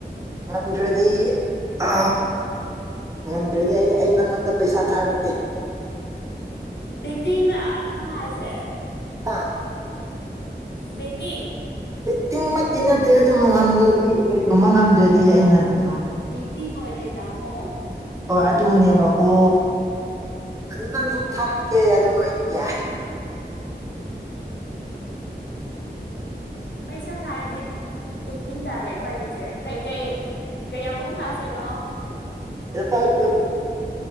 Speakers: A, on the right; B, on the left.
A: ꯉꯝꯗ꯭ꯔꯗꯤ ꯑ ꯉꯝꯗ꯭ꯔꯗꯤ ꯑꯩ ꯑꯩ ꯅꯪꯉꯣꯟꯗ ꯄꯩꯁꯥ ꯊꯥꯔꯛꯀꯦ
B: ꯕꯦꯇꯤꯡꯂ ꯅꯪ ꯍꯥꯏꯁꯦ
A: ꯍꯥꯥ
B: ꯕ‌ꯦꯇꯤꯡ
A: ꯕ‌ꯦꯇꯤꯡꯃꯛꯇꯤ ꯅꯠꯇꯦ ꯑꯗꯨꯕꯨ ꯉꯝꯗ꯭ꯔꯗꯤ ꯀꯔꯤꯒꯨꯝꯕ ꯉꯝꯗ꯭ꯔꯗꯤ ꯑꯩꯅ ꯁꯨꯝ
B: ꯕ‌ꯦꯇꯤꯡ ꯑꯣꯏꯔꯦ ꯇꯥꯃꯣ
A: ꯍꯣꯏ ꯑꯗꯨꯅꯦꯕꯀꯣ ꯑꯗꯨ ꯅꯪꯁꯨ ꯊꯥꯔꯛꯀꯦ ꯑꯗꯨ ꯑꯣꯏꯗꯤ ꯌꯥ
B: ꯄꯩꯁꯥ ꯀꯥꯗ ꯕꯦꯠꯇꯤꯡ ꯇꯥꯔꯦ ꯑꯩꯈꯣꯏꯒꯤꯁꯦ ꯀꯩꯀꯩ ꯀꯩꯃꯨ ꯊꯥꯁꯤꯔꯣ
A: ꯑꯦꯄꯥꯥꯏ